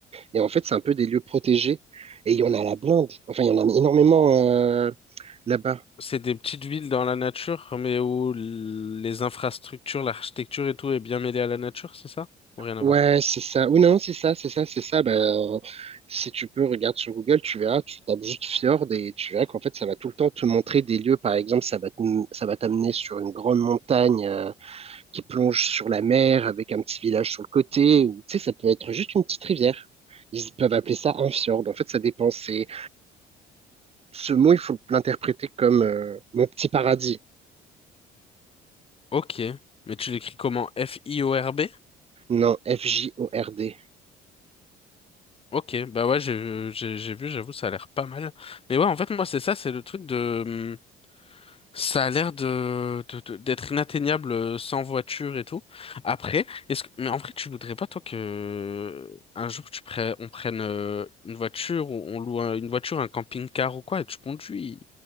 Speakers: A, on the right; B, on the left.
A: Et en fait, c'est un peu des lieux protégés. Et il y en a à la blinde. Enfin, il y en a énormément euh, là-bas.
B: C'est des petites villes dans la nature, mais où l- les infrastructures, l'architecture et tout est bien mêlée à la nature, c'est ça? Ou rien à
A: Ouais,
B: voir?
A: c'est ça. Ou non, c'est ça, c'est ça, c'est ça. Ben euh, si tu peux, regarde sur Google, tu verras, tu tapes juste fjord et tu verras qu'en fait, ça va tout le temps te montrer des lieux. Par exemple, ça va te- ça va t'amener sur une grande montagne. euh, qui plonge sur la mer avec un petit village sur le côté, ou tu sais, ça peut être juste une petite rivière. Ils peuvent appeler ça un fjord. En fait, ça dépend. C'est- Ce mot, il faut l'interpréter comme euh, mon petit paradis.
B: Ok. Mais tu l'écris comment? F-I-O-R-B?
A: Non, F-J-O-R-D.
B: Ok, bah ouais, j'ai j'ai j'ai vu, j'avoue, ça a l'air pas mal. Mais ouais, en fait, moi, c'est ça, c'est le truc de... hum, Ça a l'air de, de- de- d'être inatteignable euh, sans voiture et tout. Après, est-ce que, mais en vrai, tu voudrais pas, toi, que un jour tu prennes, on prenne euh, une voiture ou on loue un- une voiture, un camping-car ou quoi, et tu conduis.